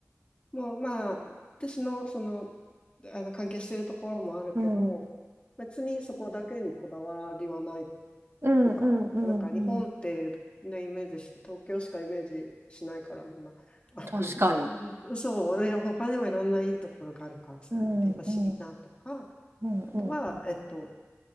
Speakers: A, on the left; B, on the right.
A: もうまあ、私のその、あの関係しているところもあるけど、
B: うん。
A: 別にそこだけにこだわりはないっ
B: うんうんうんうん。
A: ていうか、なんか日本ってね、イメージして、東京しかイメージしないから、みんな、あの、
B: 確かに。
A: そう、でも他にもいろんないいところがあるから、それってほしいなとか、
B: うんうん。
A: あ
B: うんうん。
A: とは、えっと、